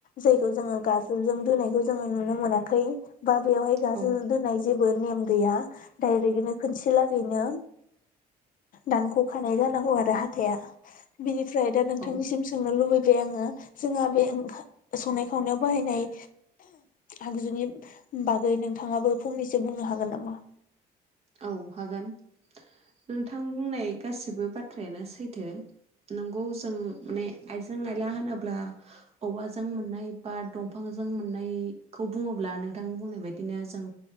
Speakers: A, on the left; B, on the right.
A: जायखौ जोङो गाजुलजों दोननायखौ जोङो नुनो मोनाखै बा बेवहाय गाजोल
B: औ
A: दोनाय जेबो नेम गैया डाइरेकनो खोनसे लागैनो दानख'खानाय जानांगौ आरो हाथाया बिनि फ्राय दा नोंथांनिसिम
B: औ
A: बे ङो जोंहा बे ओ संनाय खावनायाव बाहायनाय आगजुनि बागै नोंथाङाबो फंनैसो बुंनो हागोन नामा?
B: औ हागोन नोंथां बुंनाय गासिबो बाथ्रायानो सैथो नों खौ जों माने आइस आयजें आयला होनोब्ला औवाजों मोननाय बा दंफांजों मोननायखौ बुङोब्ला नोंथां बुंनाय बादिनो जों